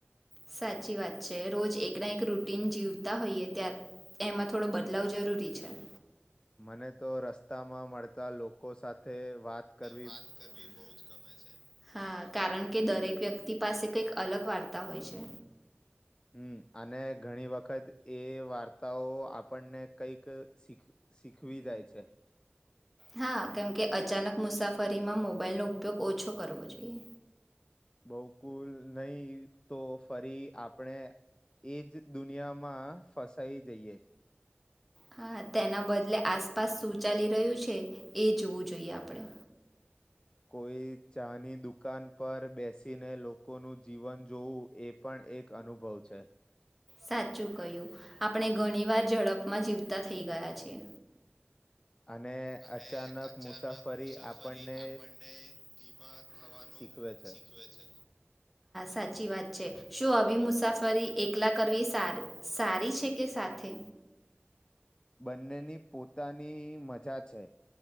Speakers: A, in the centre; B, on the left.
A: સાચી વાત છે રોજ એકના એક રૂટીન જીવતા હોઈએ ત એમાં થોડો બદલાવ જરૂરી છે
B: મને તો રસ્તામાં મળતા લોકો સાથે વાત કરવ
A: વાત કરવી બહુ જ ગમે છે હા કારણ કે દરેક વ્યક્તિ પાસે કંઈક અલગ વાર્તા હોય છે
B: હમ અને ઘણી વખત એ વાર્તાઓ આપણને કંઈક શીખ શીખવી જાય છે
A: હા કેમકે અચાનક મુસાફરીમાં મોબાઈલનો ઉપયોગ ઓછો કરવો જોઈએ
B: બહુકુલ નહી તો ફરી આપણે એજ દુનિયામાં ફસ્ટ થઈ જઈએ
A: હા તેના બદલે આસપાસ શું ચાલી રહ્યું છે એ જોવું જોઈએ આપણે
B: કોઈ ચાની દુકાન પર બેસીને લોકોનું જીવન જોવું એ પણ એક અનુભવ છે
A: સાચું કહ્યું. આપણે ઘણીવાર ઝડપમાં જીવતા થઈ ગયા છેી
B: અને
A: અને
B: અચાનક
A: અચાનક
B: મુસાફરી
A: મુસાફરી
B: આપણને
A: આપણને ધીમા થવાનું
B: શીખવે છે
A: શીખવે છે, સાચી વાત છે શું આવી મુસાફરી એકલા કરવી સારી છે કે સાથે
B: બંનેની પોતાની મજા છે